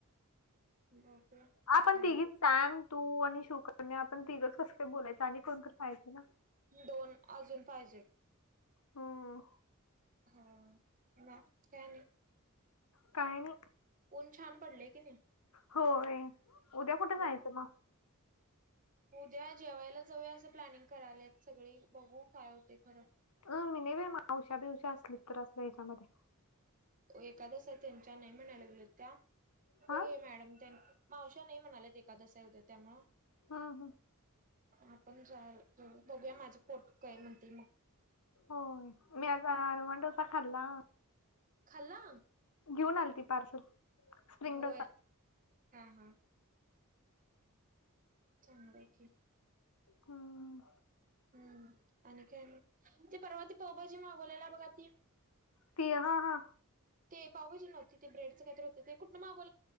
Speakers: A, on the right; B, on the left.
A: बाकी.
B: आपण
A: काय
B: तिघी, सॅम तू आणि शिवकन्या आपण तिघच कसं काय बोलायचं आणि कोणत पाहायच ना.
A: दोन अजून पाहिजे.
B: हम्.
A: हम्म. काय आणि?
B: काही नाही.
A: ऊन छान पडले कणी.
B: होय उद्या कुठं
A: हम्म
B: जायचं मग.
A: उद्या जेवायला जावूया असं प्लॅनिंग करायल्यात सगळी बघू काय होते खरं.
B: अं मी नाही बाई मावश्या-बिवश्या असली तर असल्या ह्याच्यामध्ये.
A: एकादस आहे त्यांच्या नाही म्हणायला लागल्यात त्या, बघूया
B: हा
A: मॅडम तेन. मावश्या नाही म्हणाल्यात एकदस हाय त्यामुळे.
B: हा हा.
A: आपण जा बघूया माझे पोट काय म्हणते मग.
B: हो मी आज अरव डोसा खाल्ला.
A: खाल्ला.
B: घेऊन आली. ती पार्सल स्प्रिंग
A: होय
B: डोसा
A: हा हा चांगला की.
B: हम.
A: हम्, आणि काय मग? ती परवा ती पावभाजी मागवलेला, बघा ती.
B: ती, हा-हा.
A: ते पावभाजी नव्हती, ते ब्रेडचं काहीतर होत. ते काय कुठं न मागव